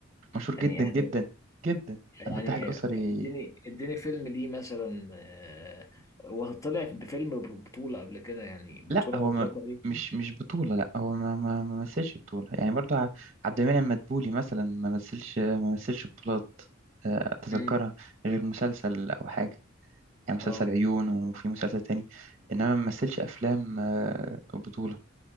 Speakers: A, on the right; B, on the left.
A: مشهور جدا
B: يعني يعني
A: جدا جدا
B: يعني
A: الفتاح الأسري
B: اديني اديني فيلم ليه مثلا آه، هو طلع بفيلم بطولة قبل كده يعني بطولة
A: لا هو
B: مطلقة
A: ما
B: دي
A: مش مش بطولة لا هو ما ما ما مثلش بطولة يعني برضو ع- عبد المنعم مدبولي مثلا ما مثلش ما مثلش بطولات آه، أتذكرها
B: امم
A: غير مسلسل أو حاجة يعني مسلسل
B: اه
A: عيون وفي مسلسل تاني إنما ما مثلش أفلام آه، بطولة